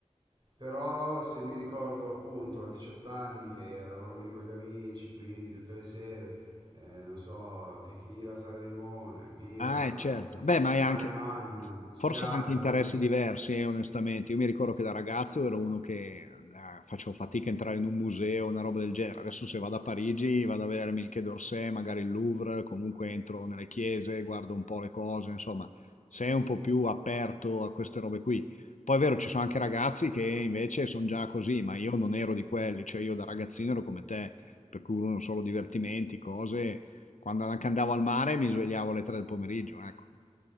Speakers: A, on the right; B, on the left.
A: però se mi ricordo appunto a 18 anni che eravamo lì con gli amici, quindi tutte le sere eh, non so, tequila, sale, limone, birra,
B: Ah, eh, certo. Beh, ma è anche
A: mare magnum, spiaggia.
B: forse anche interessi
A: dor-
B: diversi, eh, onestamente. Io mi ricordo che da ragazzo ero uno che eh, facevo fatica a entrare in un museo, una roba del genere. Adesso se vado a Parigi, vado a vedermi il Quai d'Orsay, magari il Louvre, comunque entro nelle chiese, guardo un po' le cose, insomma, sei un po' più aperto a queste robe qui. Poi è vero, ci sono anche ragazzi che invece sono già così, ma io non ero di quelli, cioè io da ragazzino ero come te, per cui uno solo divertimenti, cose quando anche andavo al mare mi svegliavo alle 3 del pomeriggio, ecco.